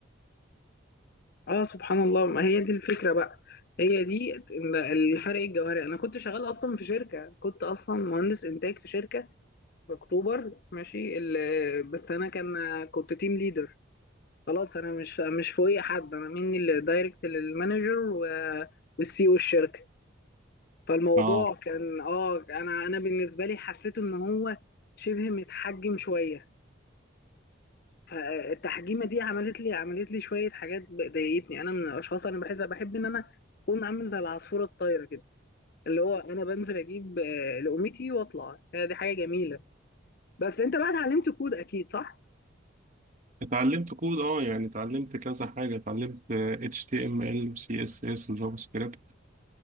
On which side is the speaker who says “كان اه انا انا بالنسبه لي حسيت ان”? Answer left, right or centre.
Left